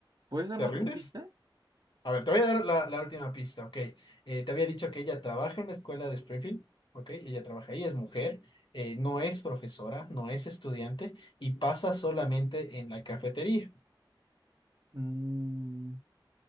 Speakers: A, on the right; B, on the left.
A: ¿Puedes darme
B: ¿Te
A: otra
B: rindes?
A: pista?
B: A ver, te voy a dar la, la última pista, ok. Eh, te había dicho que ella trabaja en la escuela de Springfield, ok. Ella trabaja ahí, es mujer, eh, no es profesora, no es estudiante y pasa solamente en la cafetería,
A: Mm,